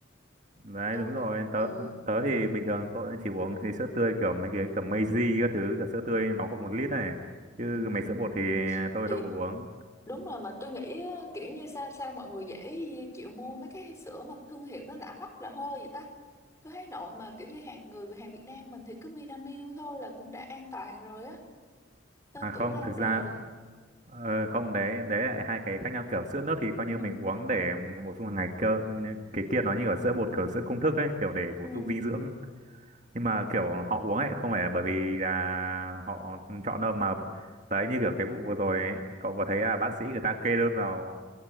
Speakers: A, on the right; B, on the left.
A: Đấy
B: tôi
A: đúng
B: mà
A: rồi tớ
B: ừ,
A: tớ thì bình thường tôi chỉ uống thì sữa tươi kiểu mấy cái kiểu
B: ừ,
A: Meiji các thứ kiểu sữa tươi nó cũng một lít này chứ
B: ừ,
A: mấy
B: ừ,
A: sữa bột
B: ừ.
A: thì tôi
B: thì
A: đâu có uống
B: đúng rồi mà tôi nghĩ á, kiểu như sao sao mọi người dễ chịu mua mấy cái sữa mà thương hiệu nó lạ hoắc lạ hôi vậy ta tôi thấy nội mà kiểu như hàng người hàng Việt Nam mình thì cứ Vinamilk thôi là cũng đã an toàn rồi á tên
A: À không,
B: tuổi lâu
A: thực
B: đời
A: ra ờ, không đấy, đấy là hai cái khác nhau kiểu sữa nước thì coi
B: ừ,
A: như mình uống để bổ sung hàng ngày cơ nhưng cái kia nó như ở sữa bột kiểu sữa công thức ấy, kiểu để bổ
B: ừ,
A: sung dinh dưỡng. Nhưng mà kiểu họ uống ấy không phải là bởi vì là họ chọn đâu mà đấy như kiểu cái vụ vừa rồi ấy, cậu có thấy là bác sĩ người ta kê đơn vào